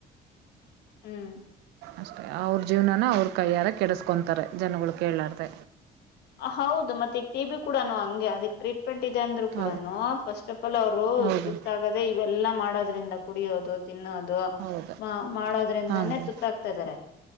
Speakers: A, on the left; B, on the right.
A: ಹ್ಮ್
B: ಅಷ್ಟೆ ಅವ್ರ ಜೀವನನ ಅವ್ರ ಕೈಯ್ಯಾರ ಕೆಡಿಸ್ಕೊತಾರೆ ಜನಗಳು ಕೇಳಾರ್ದ
A: ಹೌದು ಮತ್ತೆ ಈಗ ಟಿ ಬಿ ಕೂಡಾ ಹಂಗೆ ಅದಕ್ ಟ್ರೀಟ್ ಪಟ್ಟದೆ ಅಂದ್ರು ಕೂಡ
B: ಹೌದು
A: ಫಸ್ಟ್ ಆಫ್ ಆಲ್ ಅವರು
B: ಹೌದು
A: ತುತ್ತಾಗದೆ ಇವೆಲ್ಲಾ ಮಾಡ ೋದ್ರಿಂದ ಕುಡಿಯೋದು ತಿನ್ನೋದು
B: ಹೌದು
A: ಮಾಡೋದ್ರಿಂದಾನೇ
B: ಹಾಂ ಮೇಡಮ್
A: ತುತ್ತಾಗ್ತಾ ಇದಾರೆ